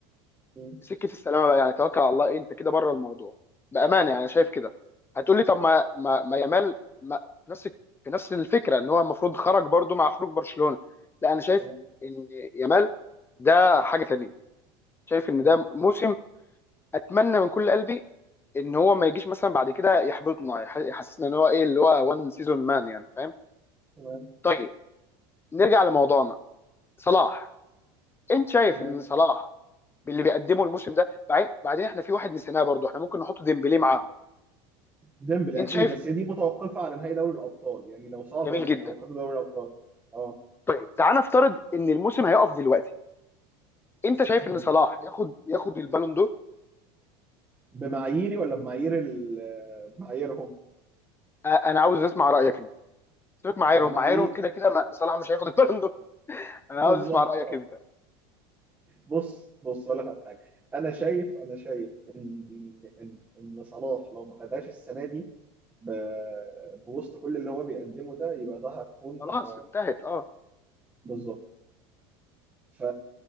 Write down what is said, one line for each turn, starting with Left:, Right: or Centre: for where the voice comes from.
Right: م.
Left: سكه السلامه بقى يعني توكل على الله إيه انت كده بره الموضوع بامانه يعني أنا
Right: تمام
Left: شايف كده هتقول لي طب ما ما, ما يامال ما في نفس في نفس الفكره ان هو المفروض خرج برضو مع خروج برشلونه لا انا شايف
Right: تمام
Left: ان يامال ده حاجه تانيه شايف ان
Right: تمام
Left: ده موسم اتمنى من كل قلبي ان هو ما يجيش مثلا بعد كده يحبطنا يح- يحسسنا ان هو ايه اللي هو وان سيزون مان يعني فاهم
Right: تمام
Left: طيب نرجع لموضوعنا صلاح انت شايف
Right: تمام
Left: ان صلاح باللي بيقدمه
Right: تمام.
Left: الموسم ده بعدين بعدين احنا في واحد نسيناه برضو احنا ممكن نحط ديمبلي معاهم
Right: ديمبلي
Left: انت
Right: اكيد
Left: شايف
Right: بس هي دي متوقفه على نهائي دوري الابطال يعني لو صعدوا
Left: جميل جدا
Right: او خدوا دوري الابطال اه
Left: طيب تعال نفترض ان الموسم هيقف دلوقتي انت شايف
Right: مم.
Left: ان صلاح ياخد ياخد البالون دور
Right: بمعاييري ولا بمعايير ال- معاييرهم
Left: آه، انا عاوز اسمع رايك انت سيبك معايرهم
Right: بمعايير
Left: معايرهم كده كده ما- صلاح مش هياخد البالون دور <laughs> انا
Right: بالظبط
Left: عاوز اسمع رايك
Right: اه
Left: انت
Right: بص بص اقول لك على حاجه انا شايف انا شايف ان ان ان صلاح لو ما خدهاش السنه دي ب... بوسط كل اللي هو بيقدمه ده يبقى ده هتكون
Left: خلاص انتهت اه
Right: بالظبط ف